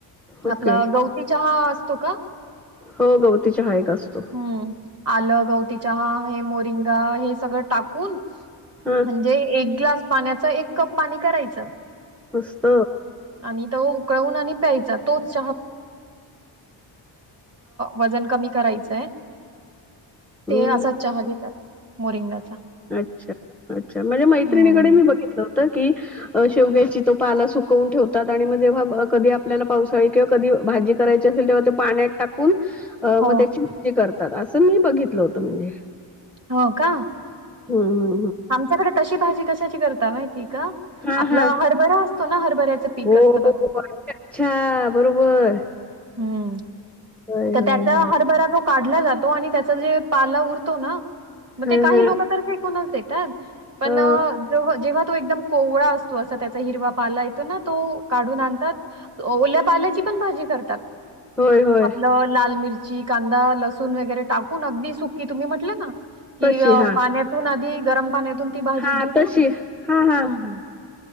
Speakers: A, in the centre; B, on the right.
A: ओके
B: आपला गवती चहा असतो का?
A: हो गवतीच्या हायक असतो.
B: हं. आलं गवती चहा हे मोरिंगा हे सगळं टाकून.
A: हा
B: म्हणजे एक ग्लास पाण्याच एक कप पाणी करायचं.
A: मस्त.
B: आणि तो उकळवून आणि प्यायचा तोच चहा. वजन कमी करायचंय.
A: हम्म
B: ते असाच चहा घेतात मोरिंगाचा.
A: अच्छा अच्छा म्हणजे मैत्रिणीकडे
B: हं.
A: मी बघितलं होतं की. शेव घ्यायची तो पाला सुकवून ठेवतात आणि मग जेव्हा कधी आपल्याला पावसाळी किंवा कधी भाजी. कराय असेल तेव्हा ते पाण्यात टाकून
B: हो.
A: मग त्याची भाजी करतात असं मी बघितलं होतं म्हणजे.
B: हो का.
A: हा हा.
B: आमच्याकडे तशी भाजी कशाची करता माहिती का.
A: हा
B: आपला
A: हा
B: हरभरा असतो ना हरभऱ्याचं पीक
A: हो
B: असतं बघा.
A: हो, हो. अच्छा अच्छा बरोबर
B: हम्म
A: होय
B: तर
A: होय
B: त्याचा
A: होय
B: हरभरा जो काढला जातो आणि त्याच जे पाला उरतो ना मग
A: हा
B: ते काही
A: हा
B: लोक तर फेकूनच देतात. पण
A: हो
B: जेव्हा जेव्हा तो एकदम कोवळा असतो असं त्याचा हिरवा पाल. ना तो काढून आणतात ओल्या पाल्याची पण भाजी करतात.
A: होय होय
B: आपलं लाल मिरची. कांदा लसूण वगैरे टाकून अगदी सुकी तुम्ही म्हटले ना की
A: तशी हा
B: पाण्यातून आधी. गरम पाण्यातून ती भाजी
A: हा
B: धुवून
A: तशी हा हा
B: हम्म ह्.